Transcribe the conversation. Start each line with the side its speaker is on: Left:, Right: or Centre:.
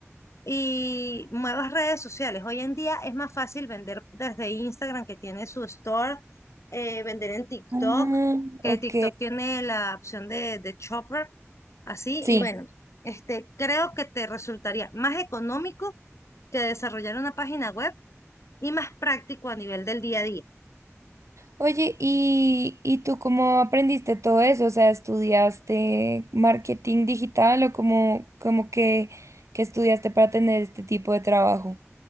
Left: y muevas redes sociales. Hoy en día es más fácil vender desde Instagram que tiene su store, eh, vender en TikTok,
Right: Ah,
Left: que
Right: ok.
Left: TikTok tiene la opción de, de shopper. Así,
Right: Sí.
Left: y bueno, este, creo que te resultaría más económico que desarrollar una página web y más práctico a nivel del día a día.
Right: Oye, ¿y, y tú cómo aprendiste todo eso? O sea, ¿estudiaste marketing digital o cómo, cómo que, que estudiaste para tener este tipo de trabajo?